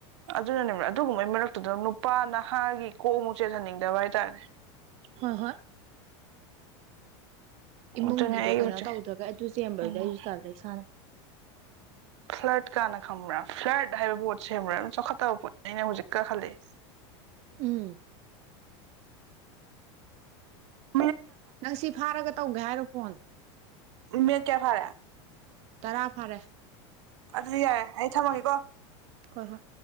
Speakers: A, on the right; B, on the right.
A: ꯑꯗꯨꯅꯅꯦꯕ ꯑꯗꯨꯒꯨꯝꯕꯩ ꯃꯔꯛꯇꯨꯗ ꯅꯨꯄꯥ ꯅꯍꯥꯒꯤ ꯀꯣꯛ ꯑꯃꯨꯛ ꯆꯦꯟꯖꯟꯅꯤꯡꯗꯕ ꯍꯥꯏꯇꯥꯔꯦ
B: ꯍꯣꯏ ꯍꯣꯏ ꯏꯃꯨꯡꯒꯤꯗꯣ
A: ꯑꯗꯨꯅꯦ ꯑꯩꯒꯤ
B: ꯀꯩꯅꯣ
A: ꯃꯣꯠꯁꯦ
B: ꯇꯧꯗ꯭ꯔꯒ ꯑꯗꯨ ꯆꯦꯟꯕꯗꯨꯗꯤ
A: ꯎꯝ
B: ꯑꯩꯁꯨ ꯇꯜꯂꯦ ꯏꯁꯥꯅ
A: ꯐ꯭ꯂꯔꯠ ꯀꯥꯅ ꯈꯪꯕ꯭ꯔꯥ ꯐ꯭ꯂꯔꯠ ꯍꯥꯏꯕ ꯄꯣꯠꯁꯦ ꯈꯪꯕ꯭ꯔꯥ ꯆꯥꯎꯈꯠꯇꯕ ꯄꯣꯠꯅꯦꯅ ꯑꯩꯅ ꯍꯧꯖꯤꯛꯇ ꯈꯜꯂꯛꯑꯦ
B: ꯎꯝ
A: ꯎꯝ
B: ꯅꯪ ꯁꯤ ꯐꯍꯥꯔꯒ ꯇꯧꯒꯦ ꯍꯥꯏꯔꫭ ꯐꯣꯟ
A: ꯅꯦꯠ ꯀꯌꯥ ꯐꯥꯔꯦ
B: ꯇꯔꯥ ꯐꯥꯔꯦ
A: ꯑꯗꯨꯗꯤ ꯌꯥꯏꯦ ꯑꯩ ꯊꯝꯃꯒꯦꯀꯣ
B: ꯍ ꯍꯣꯏ